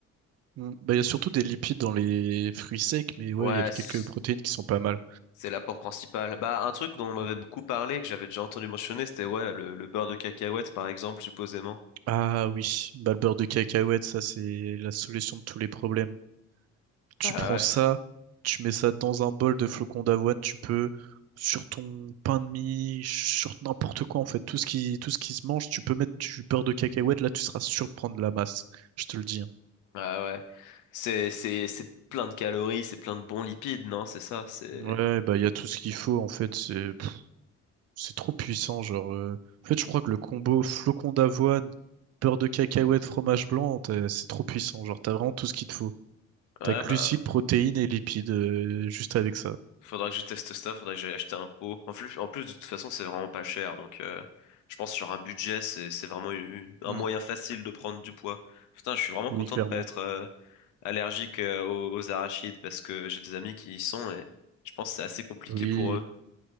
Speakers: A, on the right; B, on the left.
A: Mm. Bah, il y a surtout des lipides dans les fruits secs, mais ouais,
B: Ouais,
A: il y a quelques
B: c'est,
A: protéines qui sont pas mal.
B: c'est l'apport principal. Bah, un truc dont on m'avait
A: Mm.
B: beaucoup parlé, que j'avais déjà entendu mentionner, c'était, ouais, le, le beurre de cacahuète, par exemple, supposément.
A: Ah oui, bah, le beurre de cacahuète, ça c'est la solution de tous les problèmes. Tu
B: Ah
A: prends
B: ouais,
A: ça, tu mets ça dans un bol de flocons d'avoine, tu peux sur ton pain de mie, sur n'importe quoi en fait, tout ce qui tout ce qui se mange, tu peux mettre du beurre de cacahuète, là tu seras sûr de prendre de la masse. Je te le dis. hein.
B: ah ouais. C'est, c'est, c'est plein de calories, c'est plein de bons lipides, non? C'est ça, c'est,
A: Ouais, bah il y a tout ce qu'il faut en fait, c'est C'est trop puissant, genre. euh, En fait, je crois que le combo flocon d'avoine, beurre de cacahuète, fromage blanc, t'as- c'est trop puissant. Genre, t'as vraiment tout ce qu'il te faut.
B: ouais,
A: T'as glucides,
B: bah.
A: protéines et lipides euh, juste avec ça.
B: Faudra que je teste ça, faudra que j'aille acheter un pot. En plus, en plus, de toute façon, c'est vraiment pas cher. Donc, euh, je pense que sur un budget, c'est, c'est vraiment une- un
A: Mm.
B: moyen facile de prendre du poids. Putain, je suis vraiment
A: Oui,
B: content
A: clairement.
B: de pas être euh, allergique euh, aux, aux arachides parce que j'ai des amis qui y sont et je pense que c'est assez compliqué
A: Oui.
B: pour eux.